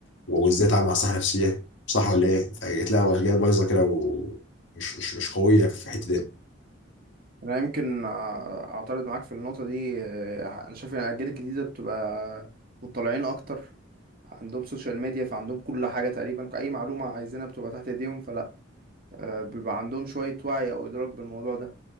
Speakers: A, on the left (about 75°); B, on the right (about 50°).
A: وازاي يتعاملوا مع الصحه النفسيه صح ولا ايه؟ فجيت لها اجيال بايظه كده ومش مش مش قويه في الحته دي
B: انا يمكن آه، اعترض معاك في النقطة دي آه، انا شايف ان الاجيال الجديدة بتبقى مطلعين اكتر عندهم سوشيال ميديا فعندهم كل حاجة تقريبا اي معلومة عايزينها بتبقى تحت ايديهم فلا آه، بيبقى عندهم شوية وعي او ادراك بالموضوع ده